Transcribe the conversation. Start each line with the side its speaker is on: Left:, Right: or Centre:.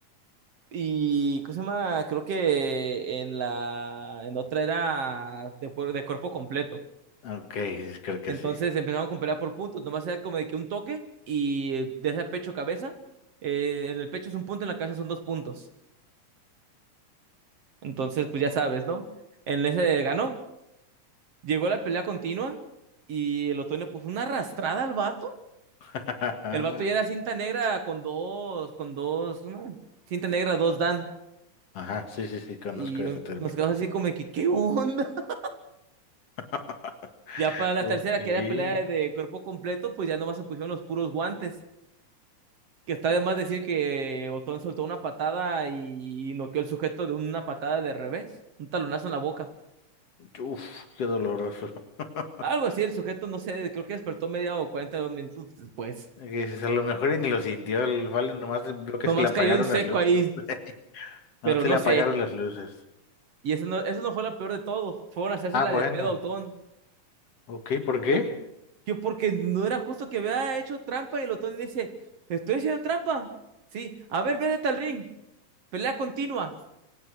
Right: Y, ¿cómo se llama? Creo que en la, en otra era de, cuer- de cuerpo completo.
Left: Ok, creo que
Right: Entonces
Left: sí.
Right: empezaron con pelea por puntos. Nomás era como de que un toque y de ese pecho cabeza. eh, en el pecho es un punto, en la cabeza son dos puntos. Entonces, pues ya sabes, ¿no? En ese ganó. Llegó la pelea continua y el otoño puso una arrastrada al vato.
Left: <laughs>
Right: El vato ya era cinta negra con dos, con dos, una cinta negra, dos Dan.
Left: Ajá, sí, sí, sí, conozco
Right: Y
Left: ese término.
Right: nos quedamos así como de que, ¿qué onda? <laughs>
Left: <laughs>
Right: Ya para la
Left: Ok.
Right: tercera, que era pelea de cuerpo completo, pues ya nomás se pusieron los puros guantes. Que está de más decir que Otón soltó una patada y noqueó el sujeto de una patada de revés, un talonazo en la boca.
Left: Uf, qué doloroso. <laughs>
Right: Algo así, el sujeto, no sé, creo que despertó media o cuarenta minutos después.
Left: Que dices, a lo mejor y ni lo sintió el vale, nomás vio que
Right: Nomás
Left: se le apagaron
Right: cayó en seco
Left: las luces.
Right: ahí,
Left: <laughs>
Right: pero
Left: No, se
Right: no
Left: le apagaron
Right: sé.
Left: las luces.
Right: Y eso no, eso no fue la peor de todo. Fueron a hacerse
Left: Ah,
Right: la
Left: bueno.
Right: de pedo a Otón.
Left: Ok, ¿por qué?
Right: Que, que porque no era justo que había hecho trampa y el Otón dice, estoy haciendo trampa. Sí, a ver, vete al ring. Pelea continua.